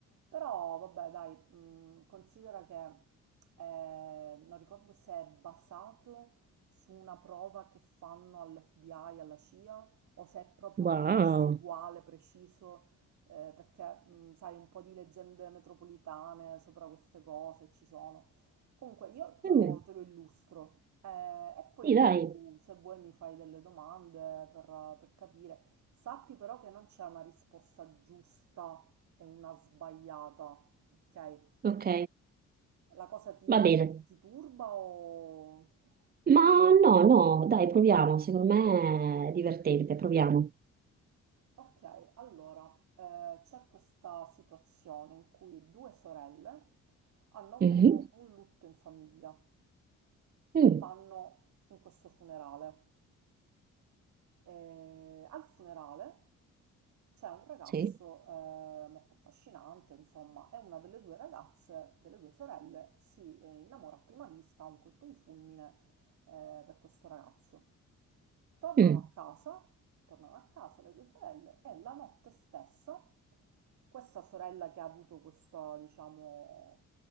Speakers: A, on the right; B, on the right.
A: Però vabbè, dai, mm, considera che eh, non ricordo se è basato su una prova che fanno all'FBI, alla CIA o se è proprio
B: Wow,
A: questo uguale, preciso, eh, perché mh, sai, un po' di leggende metropolitane sopra queste cose ci sono. Comunque, io te
B: mm.
A: lo, te lo illustro eh, e poi
B: Sì, dai,
A: tu, se vuoi, mi fai delle domande per, per capire. Sappi però che non c'è una risposta giusta e una sbagliata, ok?
B: ok,
A: La cosa ti,
B: va bene.
A: ti turba o...
B: Ma no, no, dai, proviamo, secondo me è divertente, proviamo.
A: Ok, allora eh, c'è questa situazione in cui due sorelle hanno avuto
B: Mhm.
A: un lutto in famiglia
B: Mm.
A: e vanno in questo funerale. E al funerale c'è un ragazzo
B: Sì.
A: eh, molto affascinante, insomma, e una delle due ragazze, delle due sorelle, si eh, innamora a prima vista, ha un colpo di fulmine eh, per questo ragazzo. Tornano
B: Mm.
A: a casa, tornano a casa le due sorelle e la notte stessa questa sorella che ha avuto questo, diciamo,